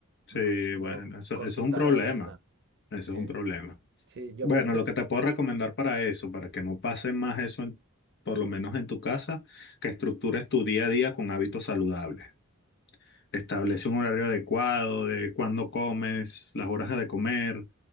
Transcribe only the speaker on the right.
me consiguió
cositas
de esas.
Sí,
sí, yo
pensé...